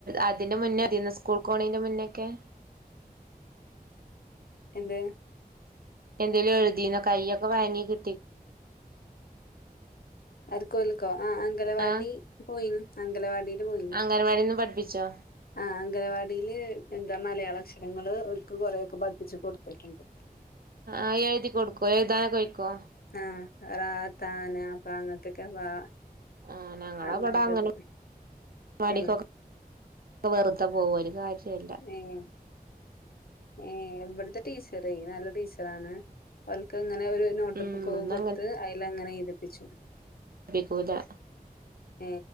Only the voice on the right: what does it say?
അതിന്റെ മുന്നേ സ്കൂൾ പോണേന്നു മുന്നൊക്കെ
എന്തേലും എയുദീന്നൊ കയൊക്കെ വായങ്ങി കി
ആഹ്
അംഗൻവാടിന്ന് പഠിപ്പിച്ചോ
ആഹ് എഴുതി കൊടുക്കോ എഴുതാനോക്കെ വയ്ക്കൊ
ആഹ് ഞങ്ങള
അവിടെ അങ്ങനവാടികൊക്കെ
വെറുതെ പോക ഒരു കാര്യല്ല
ഉം
ഇവിടുന്ന്
നിഫൂ ല